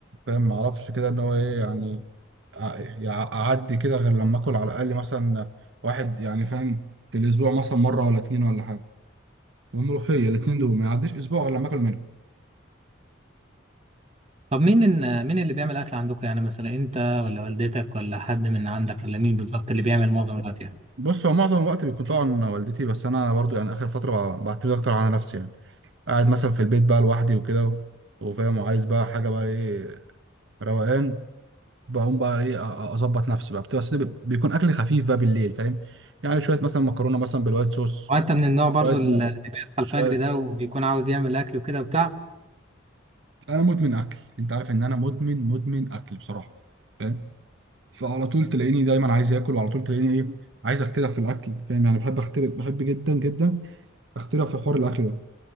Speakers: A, on the right (about 65°); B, on the right (about 30°).
A: فاهم ما اعرفش كده ان هو ايه يعني أع- يع- اعدي كده غير لما اكل على الاقل مثلا واحد يعني فاهم في الاسبوع مثلا مره ولا اتنين ولا حاجه والملوخيه الاتنين دول ما يعديش اسبوع ولا لما اكل منهم
B: طب مين إن- مين اللي بيعمل اكل عندكم يعني مثلا انت ولا والدتك ولا حد من عندك ولا مين بالظبط اللي بيعمل معظم الوقت يعني
A: بص هو معظم الوقت بيكون طبعا والدتي بس انا برضو يعني اخر فتره بع- بعتمد اكتر على نفسي يعني قاعد مثلا في البيت بقى لوحدي وكده و- وفاهم وعايز بقى حاجه بقى ايه روقان بقوم بقى ايه أ- أ- اظبط نفسي بقى بتبقى أصل بي- بيكون اكل خفيف بقى بالليل فاهم يعني شويه مثلا مكرونه مثلا بالوايت صوص
B: وانت من النوع برضو
A: شويه
B: اللي
A: م-
B: بيصحى
A: شويه
B: الفجر ده وبيكون عاوز يعمل اكل وكده وبتاع
A: انا مدمن اكل انت عارف ان انا مدمن مدمن اكل بصراحه فاهم فعلى طول تلاقيني دايما عايز اكل وعلى طول تلاقيني ايه عايز اختلف في الاكل فاهم يعني بحب اختلف بحب جدا جدا اختلف في حوار الاكل ده